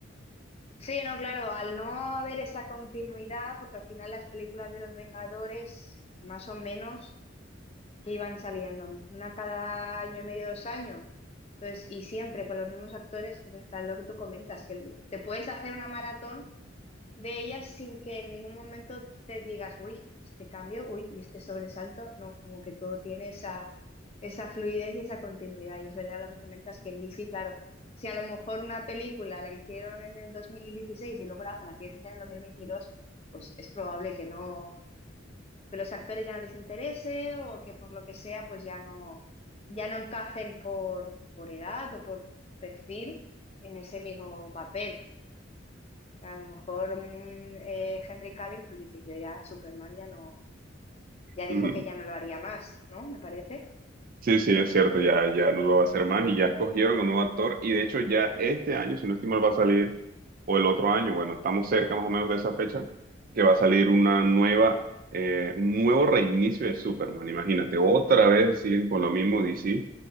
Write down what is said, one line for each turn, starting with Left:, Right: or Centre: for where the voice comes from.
Left: Sí, no, claro, al no haber esa continuidad, porque al final las películas de los Vengadores, más o menos, que iban saliendo, una cada año y medio, dos años, entonces, y siempre con los mismos actores, entonces, claro, lo que tú comentas, que te puedes hacer una maratón de ellas sin que en ningún momento te digas, uy, este cambio, uy, y este sobresalto, no, como que todo tiene esa, esa fluidez y esa continuidad. Y es verdad lo que comentas que en DC, claro, si a lo mejor una película la hicieron en el 2016 y luego la otra la quieres hacer en el dos mil veintidós pues es probable que no, que los actores ya no les interese o que por lo que sea, pues ya no, ya no encajen por, por edad o por perfil en ese mismo papel que a lo mejor mm, eh, Henry Cavill pues dice, yo ya, Superman ya no, ya dijo
Right: <laughs>
Left: que ya no lo haría más, ¿no? Me parece.
Right: Sí, sí, es cierto, ya, ya no lo va a hacer más y ya escogieron un nuevo actor y de hecho ya este año, si no estoy mal, va a salir, o el otro año, bueno, estamos cerca más o menos de esa fecha, que va a salir una nueva, eh, un nuevo reinicio de Superman, imagínate, otra vez siguen con lo mismo DC